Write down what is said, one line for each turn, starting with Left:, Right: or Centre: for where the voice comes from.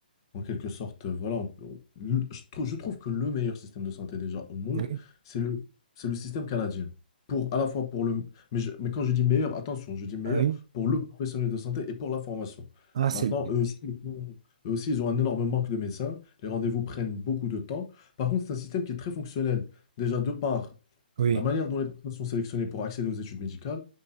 Left: En quelque sorte, heu, voilà, on peut on le je trou je trouve que le meilleur système de santé déjà au monde,
Right: Oui,
Left: c'est Mmh le c'est le système canadien. Pour à la fois pour le mais je mais quand je dis meilleur, attention, je dis meilleur
Right: ah oui,
Left: pour le professionnel de santé et pour la formation.
Right: ah c'est
Left: Maintenant,
Right: bien.
Left: eux aussi, ils ont eux aussi, ils ont un énorme manque de médecins, les rendez-vous prennent beaucoup de temps. Par contre, c'est un système qui est très fonctionnel. Déjà de par
Right: Oui,
Left: la manière dont les personnes sont sélectionnées pour accéder aux études médicales,